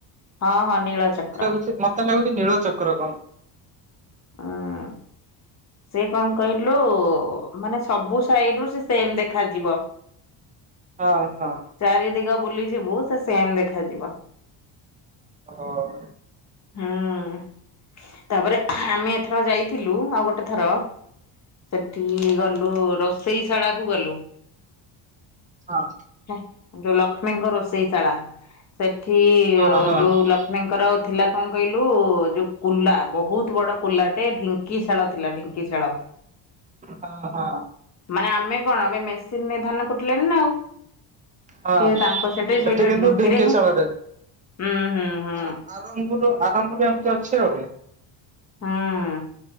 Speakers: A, on the left; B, on the right.
A: ହଁ ହଁ ନୀଳ ଚକ୍ର।
B: ମତେ ଲାଗୁଛି ମତେ ଲାଗୁଛି ନୀଳ ଚକ୍ର କ
A: ଉଁ ସେ କଣ କହିଲୁ ମାନେ ସବୁ ସାଇଡ ରୁ ସେ ସେମ୍ ଦେଖାଯିବ।
B: ହଁ <unintelligible>
A: ଚାରି ଦିଗ ବୁଲିଯିବୁ ସେ ସେମ୍ ଦେଖାଯିବ।
B: ଓ ହ।
A: ହୁଁ ତାପରେ ହାଁ ଆମେ ଏଥର ଯାଇଥିଲୁ ଆଉ ଗୋଟେ ଥର ସେଠି ଗଲୁ ରୋଷେଇଶାଳା କୁ ଗଲୁ।
B: ହଁ।
A: ହେଁ ଯୋଉ ଲକ୍ଷ୍ମୀଙ୍କ ରୋଷେଇଶାଳା ସେଠି
B: ହଁ ହଁ
A: ଯୋଉ ଲକ୍ଷ୍ମୀଙ୍କର ଥିଲା କଣ କହିଲୁ ଯୋଉ କୁଲା ବହୁତ୍ ବଡ କୁଲା ଟେ ଢିଙ୍କିଶାଳ ଥିଲା ଢିଙ୍କିଶାଳ।
B: ହଁ ହଁ।
A: ମାନେ ଆମେ କଣ ଏବେ ମେସିନରେ ଧାନ କୁଟିଲେଣି ନା ଆଉ।
B: ହଁ
A: ସିଏ ତାଙ୍କ ସେଠି ସେଇଠି
B: କିନ୍ତୁ
A: ଢିଙ୍କିରେ
B: ଡିଙ୍କିଶାଳରେ।
A: ହିଁ ହୁଁ ହୁଁ ହୁଁ।
B: ଆର ଆରମ୍ଭରୁ ଆରମ୍ଭରୁ ଏମିତି ଅଛି ଆଉ।
A: ହୁଁ